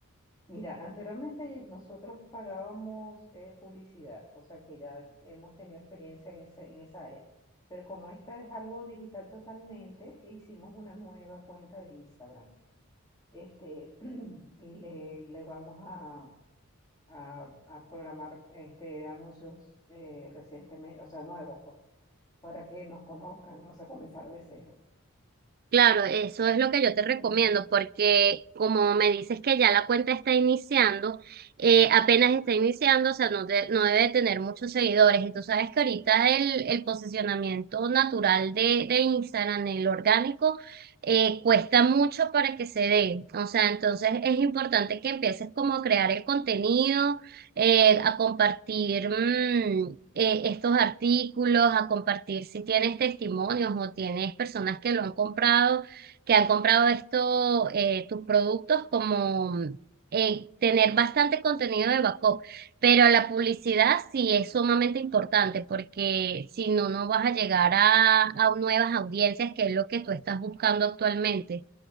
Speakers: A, on the left (about 20°); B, on the right (about 45°).
A: Mira, anteriormente nosotros pagábamos eh, publicidad, o sea que ya hemos tenido experiencia en esa, en esa área, pero como esta es algo digital totalmente, hicimos una nueva cuenta de Instagram. Este, <clears throat> y le, le vamos a, a- a programar este, anuncios eh, recientemente, o sea, nuevos, pues, para que nos conozcan, o sea, comenzar de cero.
B: Claro, eso es lo que
A: <clears throat>
B: yo te recomiendo, porque como me dices que ya la cuenta está iniciando, eh, apenas está iniciando, o sea, no, de- no debe tener muchos seguidores. Y tú sabes que ahorita el, el posicionamiento natural de, de Instagram, el orgánico, eh, cuesta mucho para que se dé. O sea, entonces es importante que empieces como a crear el contenido eh, a compartir mm, eh, estos artículos, a compartir si tienes testimonios o tienes personas que lo han comprado, que han comprado esto, eh, tus productos, como mm, eh, tener bastante contenido de backup. Pero la publicidad sí es sumamente importante porque si no, no vas a llegar a, a nuevas audiencias, que es lo que tú estás buscando actualmente.